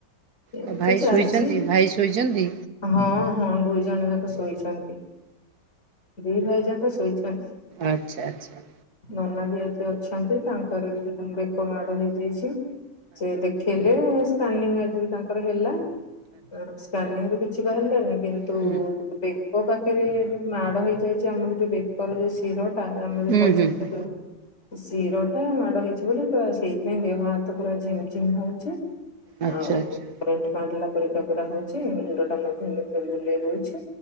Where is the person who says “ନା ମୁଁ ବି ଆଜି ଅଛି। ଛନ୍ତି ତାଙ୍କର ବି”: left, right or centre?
Left